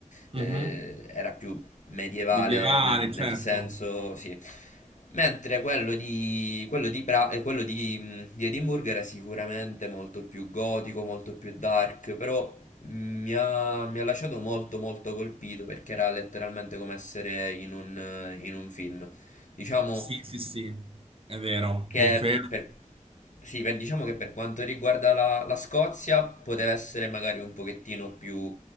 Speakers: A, on the left; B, on the right.
A: eh,
B: Mhm.
A: era più medievale
B: Medievale,
A: nel, nel
B: certo.
A: senso, sì. Mentre quello di, quello di, Pra- eh, quello di, mh, di Edimburgo era sicuramente molto più gotico, molto più dark, però mh, mi ha, mi ha lasciato molto molto colpito perché era letteralmente come essere in un, in un film. Diciamo,
B: Sì, sì, sì, è vero,
A: che
B: confermo.
A: per, sì, per- diciamo che per quanto riguarda la, la Scozia poteva essere magari un pochettino più